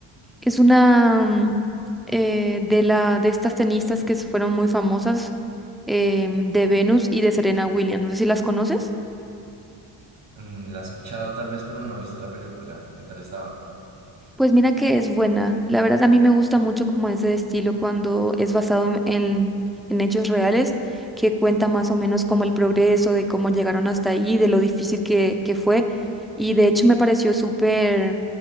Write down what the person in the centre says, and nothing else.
Es una mm, eh, de la de estas tenistas que fueron muy famosas, em, de Venus y de Serena Williams. No sé si las conoces.
Pues mira que es buena. La verdad a mí me gusta mucho como ese estilo cuando es basado en, en- en hechos reales, que cuenta más o menos como el progreso, de cómo llegaron hasta ahí, de lo difícil que, que fue. Y de hecho me pareció súper